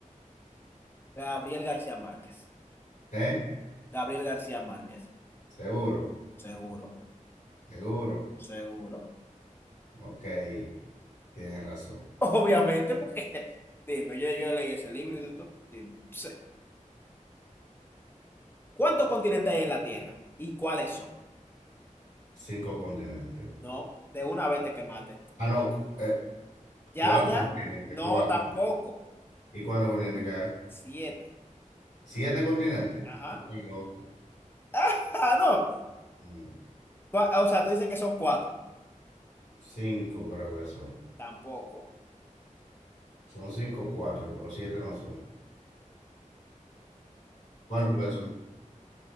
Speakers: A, on the left; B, on the left.
A: Gabriel García Márquez.
B: ¿Eh?
A: Gabriel García Márquez.
B: Seguro,
A: Seguro,
B: seguro.
A: seguro.
B: Ok, tienes razón.
A: Obviamente, porque <laughs> dime, yo, yo leí ese libro y de todo. Dime. sí. ¿Cuántos continentes hay en la Tierra? ¿Y cuáles son?
B: Cinco continentes.
A: No, de una vez te quemaste.
B: Ah, no, cu- eh,
A: Ya,
B: cuatro
A: ya.
B: continentes,
A: No,
B: cuatro.
A: tampoco.
B: ¿Y cuántos continentes que hay?
A: Siete.
B: ¿Siete continentes?
A: Ajá.
B: Tú estás loco.
A: <laughs> Ah, no.
B: No,
A: Cua- O sea, tú dices que son cuatro.
B: Cinco creo que son.
A: Tampoco.
B: Son cinco o cuatro, pero siete no son. ¿Cuántos que son?